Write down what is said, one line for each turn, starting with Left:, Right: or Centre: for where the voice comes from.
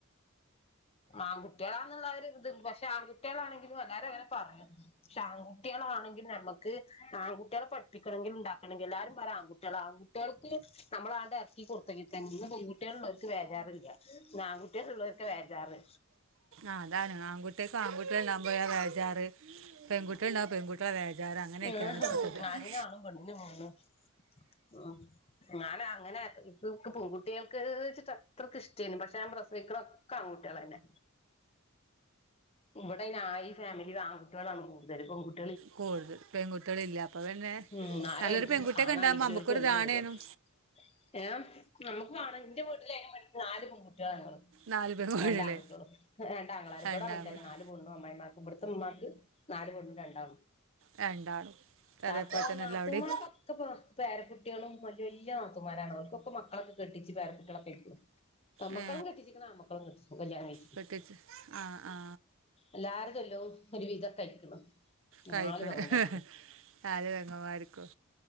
Left: ആൺകുട്ടികളാന്ന് ഇള്ളാര് ഇത് പക്ഷെ ആൺകുട്ടികളാണെങ്കിലും വേറെ വേറെ പറഞ്ഞു ആൺകുട്ടികളാണെങ്കിൽ ഞമ്മക്ക് ആൺകുട്ടികളെ പഠിപ്പിക്കണമെങ്കിൽ ഉണ്ടാക്കണമെങ്കിൽ എല്ലാരും പറ ആൺകുട്ടികളാവും ആൺകുട്ടികൾക്ക് നമ്മളാണ്ടെ എറക്കി കൊടുത്തെങ്ങിട്ട് ഇന്ന് പെൺകുട്ടികളുള്ളോർക്ക് ബേജാറില്ല നാൺകുട്ടി ഉള്ളോർക്ക് വേജാറ്
Right: ആഹ് അതാണ് ആൺകുട്ടേക്ക് ആൺകുട്ടികള് ഇണ്ടാവുമ്പോഴാ വേജാറ് പെൺകുട്ടി എന്താ പെൺകുട്ടികളാ വേജാറ് അങ്ങനെയൊക്കെയാണ്
Left: ആ
Right: ഇപ്പോഴത്തത്
Left: ആണിന് ആണും പെണ്ണിന് പെണ്ണും ഉം ഞാൻ അങ്ങനെ ഇക്ക് ക്ക് പൊൺകുട്ടികൾക്ക് വെച്ചിട്ടത്രക്ക് ഇഷ്ടേയിരുന്നു പക്ഷെ ഞാൻ പ്രസവിക്കണ് ഒക്കാ ആൺകുട്ടികള്തന്നെ ഇവിടെ ഞാഈ ഫാമിലില് ആൺകുട്ടികളാണ് കൂടുതൽ പെൺകുട്ടി
Right: കൂട്തൽ പെങ്കുട്ടിയളില്ലാ അത് തന്നെ
Left: ഉം ആരും
Right: നല്ലൊരു
Left: അഞ്ചും
Right: പെൺകുട്ടിയൊക്കണ്ടാവുമ്പം
Left: ആണാണെങ്കിലും
Right: നമ്മക്കൊരിതാണേനും
Left: ഒരു പെണ്ണേ വരുള്ളൂ ഏഹ് നമ്മക്ക് വാണം ഇന്റെ വീട്ടില് അയിനുവാണ്ടിട്ട് നാല് പെൺകുട്ട്യളാ ഞങ്ങള്
Right: നാല് പെൺകുട്ടികളെ
Left: രണ്ടാങ്കുട്ട്യോളും ഏഹ് രണ്ടാങ്ങളാരും
Right: രണ്ടാൺകുട്ടി
Left: ഇവടെ അങ്ങൻതന്നെ നാല് പെണ്ണും അമ്മായിമാക്കും ഇവട്ത്തെ ഇമ്മാക്ക് നാല് പെണ്ണും രണ്ടാണും
Right: രണ്ടാളും
Left: താത്ത
Right: അതേപോലെ തന്നെ
Left: നാത്തൂമാര്ക്കൊക്കപ്പൊ
Right: എല്ലാവിടെയും
Left: പേരക്കുട്ടിയളും വല്ല്യ വല്ല്യ നാത്തുന്മാരാണ് അവർക്കൊക്കെ മക്കളൊക്കെ കെ ട്ടിച്ച് പേരക്കുട്ടിളൊക്കേയിക്ക്ണു പെമ്മക്കളും
Right: ഏ,
Left: കെട്ടിച്ചിക്ക്ണ് ആമ്മക്കളും കെട്ടിച്ചിക്ക്ണ് കല്യാണം കഴിച്ച്ക്ക്
Right: കെട്ടിച്ച് ആ ആ
Left: എല്ലാരും ചൊല്ലും <unintelligible> ഒരു വിധൊക്കാഴിക്ക്ണു
Right: കഴിക്കണ്
Left: നാല് പെങ്ങന്മാര്ക്കും
Right: നാല് പെങ്ങമ്മാര്ക്കും